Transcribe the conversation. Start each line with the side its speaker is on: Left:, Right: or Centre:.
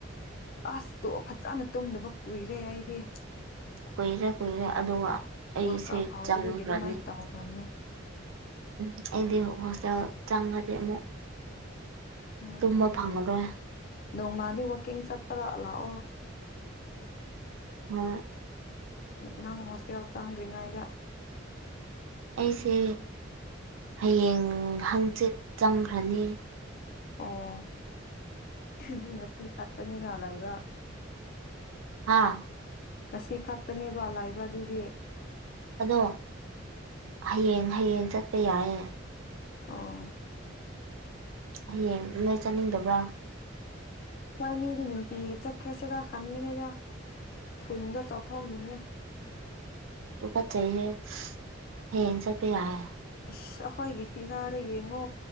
Left: ꯑꯁ ꯇꯣ ꯐꯖꯅ ꯇꯨꯝꯗꯕ ꯀꯨꯏ ꯔꯦ
Right: ꯀꯨꯏꯔꯦ ꯀꯨꯏꯔꯦ ꯑꯗꯨꯒ ꯑꯩꯁꯦ
Left: ꯋꯥꯔꯜ ꯀꯞ ꯍꯥꯎꯕꯗꯒꯤ
Right: ꯆꯝꯈ꯭ꯔꯅꯤ
Left: ꯑꯗꯨꯃꯥꯏꯅ ꯇꯧꯈ꯭ꯔꯕꯅꯦ
Right: ꯎꯝ ꯑꯩꯗꯤ ꯍꯣꯁꯇꯦꯜ ꯆꯪꯉꯗꯤ ꯑꯃꯨꯛ
Left: ꯎꯝ
Right: ꯇꯨꯝꯕ ꯐꯪꯉꯔꯣꯏ
Left: ꯅꯣꯡꯃꯗꯤ ꯋꯥꯛꯀꯤꯡ ꯆꯠꯄꯗ ꯂꯥꯛꯑꯣ
Right: ꯍꯣꯏ
Left: ꯅꯪ ꯍꯣꯁꯇꯦꯜ ꯆꯪꯗ꯭ꯔꯤꯉꯩꯗ
Right: ꯑꯩꯁꯦ ꯍꯌꯦꯡ ꯍꯪꯆꯤꯠ ꯆꯪꯈ꯭ꯔꯅꯤ
Left: ꯑꯣ ꯑꯗꯨ ꯉꯁꯤ ꯈꯛꯇꯅꯤꯅ ꯂꯩꯕ
Right: ꯍꯥꯥ
Left: ꯉꯁꯤ ꯈꯛꯇꯅꯦꯕ ꯂꯩꯏꯕ ꯑꯗꯨꯒꯤ
Right: ꯑꯗꯣ ꯍꯌꯦꯡ ꯍꯌꯦꯡ ꯆꯠꯄ ꯌꯥꯏꯌꯦ
Left: ꯑꯣ
Right: ꯍꯌꯦꯡ ꯅꯣꯏ ꯆꯠꯅꯤꯡꯗꯕ꯭ꯔꯥ
Left: ꯕꯅꯤꯗꯤ ꯅꯨꯡꯇꯤꯒꯤ ꯆꯠꯈ꯭ꯔꯁꯤꯔ ꯈꯟꯕꯅꯦꯗ ꯊꯨꯟꯗꯣ ꯆꯥꯎꯊꯣꯛ ꯅꯤꯡꯉꯦ
Right: ꯇꯨꯀꯠꯆꯩꯌꯦ ꯍꯌꯦꯡ ꯆꯠꯄ ꯌꯥꯏꯌꯦ
Left: ꯑꯁ ꯑꯩꯈꯣꯏꯒꯤ ꯐꯤꯒꯥꯔꯗ ꯌꯦꯡꯉꯣ